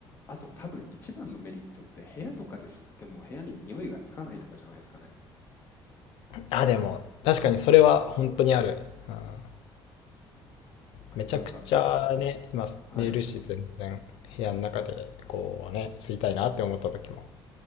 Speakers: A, on the left; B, on the left.
A: あと多分一番のメリットって部屋とかで吸っても部屋に匂いがつかないとかじゃないですかね。
B: あ、でも確かにそれは本当にある。うん
A: あとなんか、
B: めちゃくちゃね、今寝るし、
A: はい、
B: 全然部屋の中でこうね、吸いたいなって思った時も。